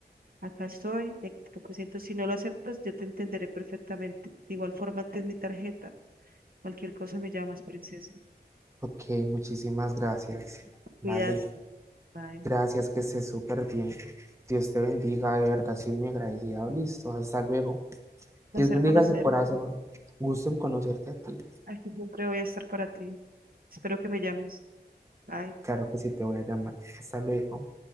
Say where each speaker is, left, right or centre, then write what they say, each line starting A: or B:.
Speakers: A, on the right (about 60°); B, on the right (about 15°).
A: acá estoy y aquí te lo presento. Si no lo aceptas, yo te entenderé perfectamente. De igual forma, ten mi tarjeta. Cualquier cosa me llamas, princesa.
B: Ok, muchísimas gracias. Vale,
A: Cuídate. Bye.
B: gracias, que estés súper bien. Dios te bendiga, de verdad, soy muy agradecida. Listo, hasta luego.
A: Placer
B: Dios bendiga
A: conocerte.
B: ese corazón. Gusto en conocerte a ti.
A: Aquí siempre voy a estar para ti. Espero que me llames. Bye.
B: Claro que sí, te voy a llamar. Hasta luego.